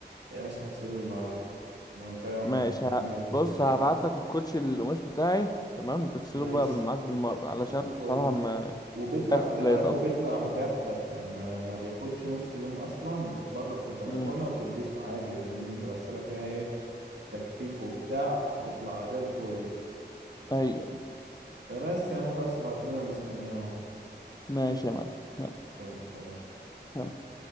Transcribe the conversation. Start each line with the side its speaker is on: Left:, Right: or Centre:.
Right: يا باشا هغسله النهاردة أنا فاهم
Left: ماشي ه...
Right: أنا عندي
Left: بص
Right: كوتشين
Left: هبعت لك الكوتش القماش بتاعي تمام تغسله
Right: ماشي
Left: بقى بال- معاك بالمره علشان
Right: وفوق
Left: بصراحه ما
Right: وبيطلع
Left: خاف
Right: خلي
Left: لا
Right: بالك
Left: يتقطع
Right: هو بيطلع مجفف يعني ما, ما بياخدش نص يوم اصلا بره في البلكونه
Left: امم
Right: وتلبسه عادي لان الغساله فيها ايه تجفيف وبتاع بيطلع زي الفل
Left: ايوه ايوه
Right: فبس يا عم خلاص ابعتولي انا مستنيه اهو
Left: ماشي يا معلم يلا
Right: سلام
Left: سلام.